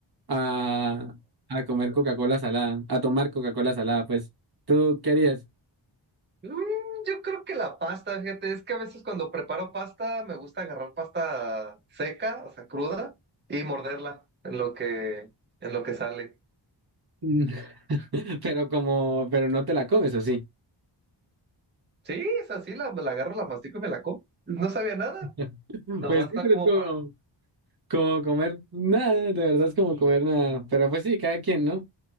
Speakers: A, on the right; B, on the right.
A: a, a comer Coca-Cola salada, a tomar Coca-Cola salada, pues, ¿tú qué harías?
B: Mm, yo creo que la pasta, fíjate, es que a veces cuando preparo pasta me gusta agarrar pasta seca, o sea, cruda, y morderla en lo que, en lo que sale.
A: <laughs> Pero como, pero no te la comes, ¿o sí?
B: Sí, es así, la, la agarro, la mastico y me la como. No sabía nada.
A: <laughs>
B: Nomás
A: Pues
B: está
A: sí, pero
B: como
A: es como,
B: para...
A: como comer nada, de verdad es como comer nada. Pero pues sí, cada quien, ¿no?